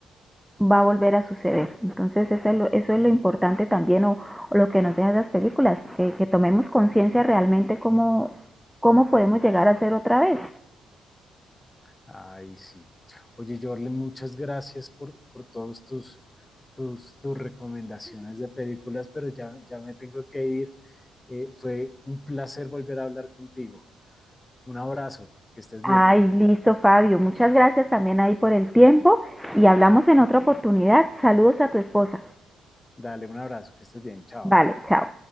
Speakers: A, in the centre; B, on the left.
A: va a volver a suceder. Entonces eso es lo, eso es lo importante también o, o lo que nos dejan las películas, que, que tomemos conciencia realmente cómo, cómo podemos llegar a ser otra vez.
B: Ay, sí. Oye, Jorlen, muchas gracias por, por todos tus, tus, tus recomendaciones de películas, pero ya, ya me tengo que ir. Eh, fue un placer volver a hablar contigo. Un abrazo, que estés bien.
A: Ay, listo Fabio, muchas gracias también ahí por el tiempo y hablamos en otra oportunidad. Saludos a tu esposa.
B: Dale un abrazo, que estés bien. Chao.
A: Vale, chao.